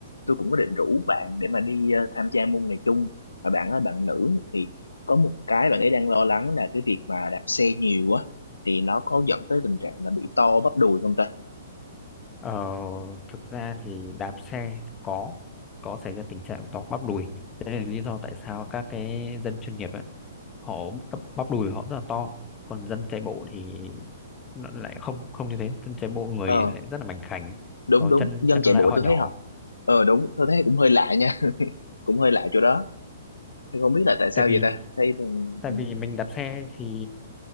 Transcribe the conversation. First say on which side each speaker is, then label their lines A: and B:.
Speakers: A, on the left; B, on the left.
A: tôi cũng có định rủ bạn để mà đi ờ, tham gia môn này chung mà bạn ơi bạn nữ thì có một cái bạn ấy đang lo lắng là cái việc mà đạp xe nhiều á thì nó có dẫn tới tình trạng là bị to bắp đùi không ta
B: ờ, thực ra thì đạp xe có có xảy ra tình trạng to bắp đùi đấy là lý do tại sao các cái dân chuyên nghiệp họ bắp bắp đùi họ rất là to còn dân chạy bộ thì nó lại không không như thế dân chạy bộ người
A: ừ
B: lại rất là mảnh khảnh
A: đúng
B: ở
A: đúng
B: chân
A: dân
B: chân
A: chạy
B: lại
A: bộ
B: họ
A: tôi
B: nhỏ
A: thấy họ ờ đúng tôi thấy cũng hơi lạ nha cũng hơi lạ chỗ đó tôi không biết là tại sao
B: tại
A: vậy
B: vì
A: ta thấy thường
B: tại
A: ừ
B: vì mình đạp xe thì